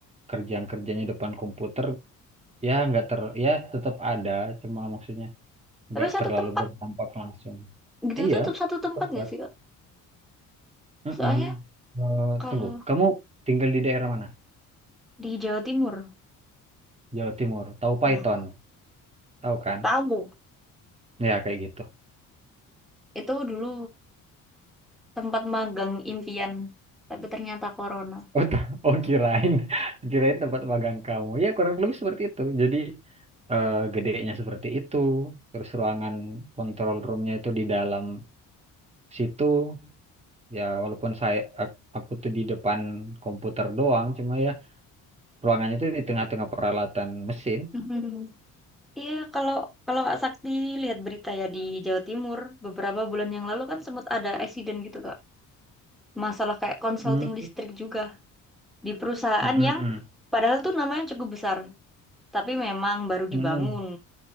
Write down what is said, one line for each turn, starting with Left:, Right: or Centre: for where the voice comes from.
Right: kerja yang kerjanya depan komputer, ya nggak ter, ya tetap ada, cuma maksudnya nggak
Centre: Tapi satu
Right: terlalu
Centre: tempat
Right: berdampak langsung.
Centre: gitu
Right: Iya,
Centre: itu tetap satu tempat
Right: tempat.
Centre: nggak sih, Kak?
Right: Mm-mm.
Centre: Soalnya
Right: Eh,
Centre: kalau
Right: tunggu, kamu tinggal di daerah mana?
Centre: di Jawa Timur,
Right: Jawa Timur. Tahu Python?
Centre: ya
Right: Tahu kan?
Centre: tahu
Right: Ya kayak gitu.
Centre: itu dulu tempat magang impian, tapi ternyata corona. <laughs>
Right: Oh, ta- oh kirain, <laughs> kirain tempat magang kamu. Ya kurang lebih seperti itu. Jadi eh, gedenya seperti itu. Terus ruangan kontrol roomnya itu di dalam situ. Ya walaupun saya ak- aku tuh di depan komputer doang, cuma ya ruangannya itu di tengah-tengah peralatan mesin.
Centre: Mhm. Iya, kalau kalau Kak Sakti lihat berita ya di Jawa Timur beberapa bulan yang lalu kan sempat ada accident gitu, Kak. Masalah kayak konsulting
Right: Hmm.
Centre: listrik juga. di perusahaan
Right: Mm-mm.
Centre: yang padahal tuh namanya cukup besar, tapi memang baru
Right: Mm-mm.
Centre: dibangun.